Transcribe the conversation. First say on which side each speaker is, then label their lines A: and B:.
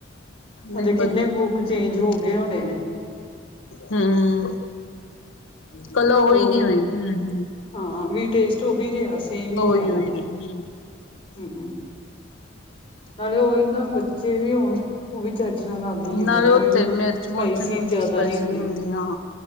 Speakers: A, on the left; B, on the left.
A: ਨਹੀਂ
B: ਅਜੇ ਕਿੰਨੇ
A: ਵਧੀਆ
B: ਕੁੱਕ ਚੇਂਜ ਹੋ ਗਏ ਹੋਣੇ ਨੇ?
A: ਹੂੰ, ਕਲ ਉਹੀ
B: ਪਰ ਉਹਦਾ
A: ਨੀ ਹੋਏ ਹੂੰ -ਹੂੰ।
B: ਹਾਂ ਵੀ ਟੇਸਟ ਉਹੀ ਰਿਹਾ ਸੇਮ ਹੀ ਰਿਹਾ
A: ਉਹੀ
B: ਵਾ,
A: ਉਹੀ ਹੂੰ
B: ਹੂੰ। ਨਾਲੇ ਉਹ ਏਦਾਂ ਬੱਚੇ ਵੀ ਹੋਣ, ਉਹ ਵੀ ਚਲ। ਤਾਂ <unintelligible> ਖਾਦ ਲੈਂਦੇ
A: ਨਾਲੇ
B: ਨੇ
A: ਉੱਥੇ
B: ਵੀ
A: ਮਿਰਚ
B: ਸਪਾਈਸੀ
A: ਮੁਰਚ ਨੀ ਹੁੰਦੀ
B: ਜਿਆਦਾ
A: ਸਪਾਈਸੀ
B: ਨੀ ਹੁੰਦੀ।
A: ਹਾਂ